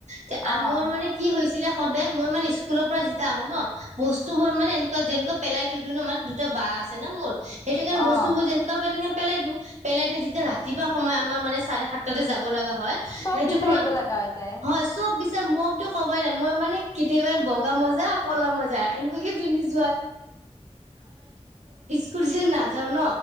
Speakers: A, on the right; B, on the left.
A: ন
B: অ',
A: মোৰ মানে কি হৈছিলে, সদায় মই মানে স্কুলৰ পৰা যেতিয়া আহো ন, বস্তুবোৰ মানে, যেনেকা পেলাই থৈ দিও ন মানে, দুটা বা আছে না মোৰ সেইটো কাৰণে বস্তুবোৰ
B: অ',
A: যেনেকুৱা তেনেকে পেলাই দিওঁ। পেলাই যেতিয়া ৰাতিপুৱা সময় আমাৰ মানে চাৰে সাত। তাতে যাব লগা হয়,
B: চব
A: সেইটো
B: বিচাৰিব
A: সময়ত
B: লগা হৈ যায়।
A: হয় চব মোকতো কবই নাই, মই মানে কেতিয়াবা বগা মজা কলা মজা এনেকুৱা যে পিন্ধিছো। ইস্কুল নাযাও ন